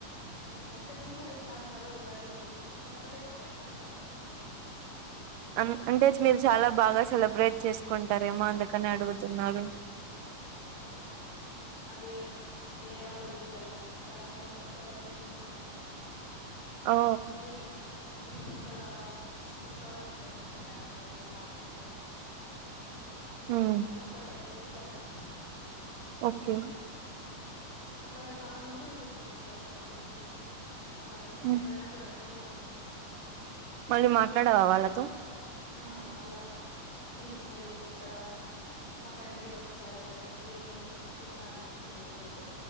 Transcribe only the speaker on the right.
అం అంటే మీరు చాలా బాగా సెలబ్రేట్ చేసుకుంటారేమో అందుకని అడుగుతున్నారు
ఓ
ఉమ్
ఓకె
ఉమ్
మళ్ళీ మాట్లాడవా వాళ్ళతో